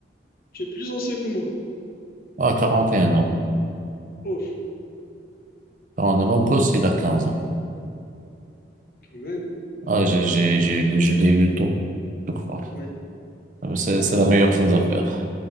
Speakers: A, on the left; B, on the right.
A: tu es plus ancien que moi.
B: à 41 ans.
A: Ouf,
B: Alors, mon gosse, il a 15 ans.
A: quand même.
B: Ah, j'ai, j'ai, j'ai, je l'ai eu tôt, je crois.
A: Ouais.
B: Euh, C'est, c'est la meilleure chose à faire.